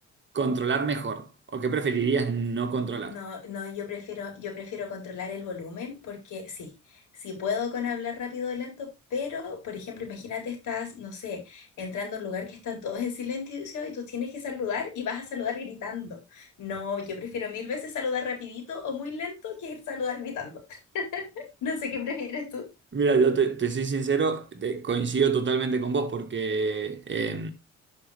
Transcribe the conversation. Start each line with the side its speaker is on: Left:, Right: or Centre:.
Right: controlar mejor o qué preferirías no controlar?
Left: No, no, yo prefiero, yo prefiero controlar el volumen porque sí, sí puedo con hablar rápido o lento, pero, por ejemplo, imagínate estás, no sé, entrando a un lugar que están todos en silencio y tú tienes que saludar y vas a saludar gritando. No, yo prefiero mil veces saludar rapidito o muy lento que saludar gritando. <laughs> No sé qué prefieres tú.
Right: Mira, yo te, te soy sincero, te- coincido totalmente con vos porque, eh,